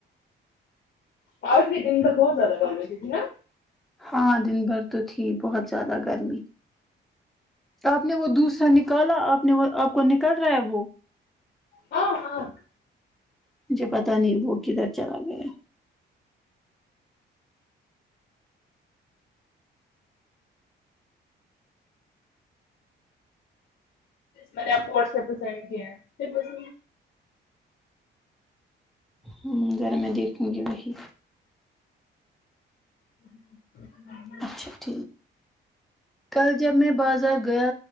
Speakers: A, on the left; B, in the centre.
A: پانچ بھی دن تک بہت زیادہ گرمی تھی نا
B: ہاں دن بھر تو تھی بہت زیادہ گرمی آپ نے وہ دسرا نکالا آپ نے وہ آپ کو نکل رہا ہے وہ
A: ہاں ہاں
B: مجھے پتہ نہیں وہ کدھر چلا گیا
A: میں نے آپ کو واٹسپ پہ سینڈ کیا ہے پھر
B: ہ ذرا میں دیکھوں گی وہی
A: ہ
B: اچھا ٹھیک کل جب میں بازار گیا